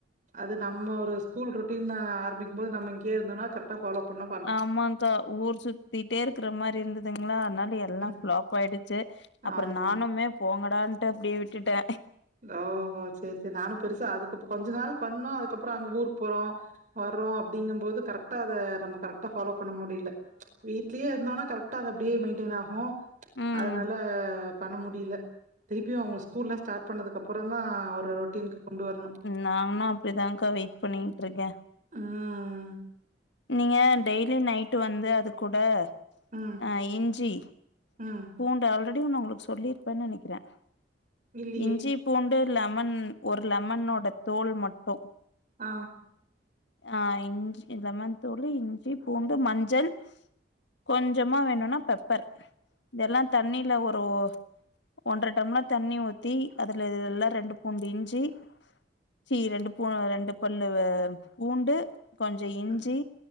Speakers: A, on the right; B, on the left.
A: அது நம்ம ஒரு ஸ்கூல் ருட்டீன் தா ஆரம்பிக்கும் போது நம்ம இங்கயே இருந்தோனா கரெ்ட் க்டா ஃபாலோ பண்ண
B: ஆமாக்கா ஊர் சுத்திட்டே இருக்கற மாரி இருந்ததுங்களா அதனால எல்லா
A: ம்.
B: ஃப்ளாப் ஆயிடுச்சு அப்பறம்
A: ஆமா.
B: நானுமே போங்கடான்ட்டு அப்டியே விட்டுட்டே
A: ஓஹோ சரி சரி நானு பெருசா அதுக்கப்பம் கொஞ்ச நாள் பண்ணோம் அதுக்கப்பறம் அங்க ஊருக்கு போறோம் வரோம் அப்டிங்கும்போது கரெக்டா அத நம்ம கரெக்டா ஃபாலோ பண்ண முடில வீட்லேயே இருந்தோம்னா கரெக் டா அது அப்டியே மெயின்டெயன் ஆகும்
B: ம்
A: அதனால பண்ண முடில திருப்பியும் அங்களுக்கு ஸ்கூல்லாம் ஸ்டாட் பண்ணதுகப்றம் தா ஒரு ரொட்டின்க்கு கொண்டு வரணு
B: நானும் அப்டிதாகா வெயிட் பண்ணிட்டுருக்கேன்
A: ம்.
B: நீங்க டெய்லி நைட் வந்து அது கூட
A: ம்.
B: அ இஞ்சி
A: ம்.
B: பூண்டு ஆல்ரெடி நா உங்களுக்கு சொல்லிருப்பேன்னு நனைக்கறேன்
A: இல்லியே!
B: இஞ்சி பூண்டு லெமன் ஒரு லெமனோட தோல் மட்டும்
A: ஆ
B: ஆ இஞ்சி லெமன் தூளு இஞ்சி பூண்டு மஞ்சள் கொஞ்சமா வேணும்னா பெப்பர் இதல்லாம் தண்ணில ஒரு ஒன்றர டம்ளர் தண்ணி ஊத்தி அதுல இத எல்லாம் ரெண்டு கொஞ்ச இஞ்சி சி ரெண்டு பூ ரெண்டு பல்லு பூண்டு கொஞ்ச இஞ்சி
A: ம்.